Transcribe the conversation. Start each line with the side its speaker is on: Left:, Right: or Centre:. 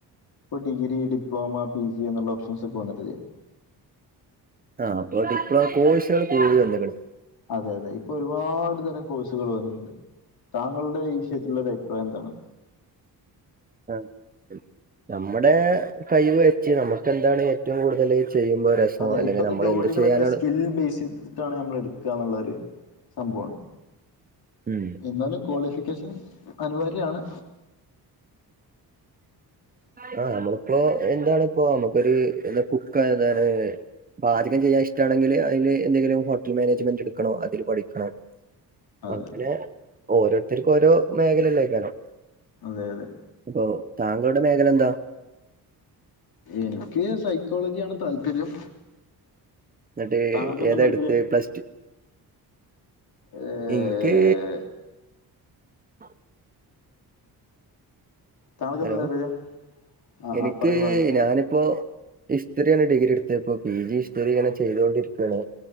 Left: പ്പ ഡിഗ്രി ഡിപ്ലോമ പി ജി എന്നുള്ള ഓപ്ഷൻസൊക്കെ വന്ന്ട്ട് ല്ലേ?
Right: ആഹ് അപ്പൊ ഡിപ്ലോ കോഴ്സുകള് <unintelligible>
Left: അതെ അതെ പ്പൊരുപാട് തരം കോഴ്സുകൾ വന്നിട്ടുണ്ട്. താങ്കളുടെ ഈ വിഷയത്തിലുള്ള ഒരു അഭിപ്രായം എന്താണ്
Right: അഹ് ശ- നമ്മുടെ കൈവ് വെച്ച് നമുക്ക് എന്താണ് ഏറ്റവും കൂടുതല് ചെയ്യുമ്പോ രസം
Left: അതെ
Right: അല്ലെങ്കിൽ
Left: ഇപ്പത്തെ
Right: നമ്മൾ
Left: ജോലികളൊക്കെ
Right: എന്ത് ചെയ്യാനാണ്
Left: സ്കിൽ ബേസ് ചെയ്തിട്ടാണ് നമ്മൾ എടുക്കുക എന്നുള്ളൊരു സംഭവുണ്ട്
Right: ഉം
Left: എന്നാലും ക്വാളിഫിക്കേഷൻ അനിവാര്യാണ്. <inaudible>
Right: ആഹാ നമ്മളിപ്പോഎന്താണ്, ഇപ്പോ നമുക്കൊരു എന്താ കുക്കന്താണ്- പാചകം ചെയ്യാ ഇഷ്ടാണെങ്കില് അയ്ല് എന്തെങ്കിലും ഹോട്ടൽ മാനേജ്മെന്റ്ട്ക്കണോ അതില് പഠിക്കണോ.
Left: അതെ
Right: അങ്ങനെ
Left: അതെ
Right: ഓരോരുത്തർക്ക് ഓരോ മേഘലല്ലേക്കാരം.
Left: അതെ അതെ.
Right: പ്പൊ താങ്കളുടെ മേഖല എന്താ?
Left: എനിക്ക് സൈക്കോളജിയ ആാണ് താല്പര്യം
Right: ന്നിട്ട്
Left: താങ്കൾക്ക് എന്താണ്
Right: ഏതാ
Left: താല്പര്യം
Right: എടുത്തേ പ്ലസ് ടു
Left: ഏഹ്
Right: ഇൻക്ക് <unintelligible>
Left: താങ്കൾക്ക്
Right: ഹലോ
Left: എന്താ താല്പര്യം ആ
Right: എനിക്ക്
Left: ആ പറയൂ പറയൂ
Right: ഞാനിപ്പോ ഹിസ്റ്ററ്യണ് ഡിഗ്രിട്ത്ത പ്പൊ പി ജി ഹിസ്റ്ററിങ്ങനെ ചെയ്തോണ്ടിര്ക്കാണ്.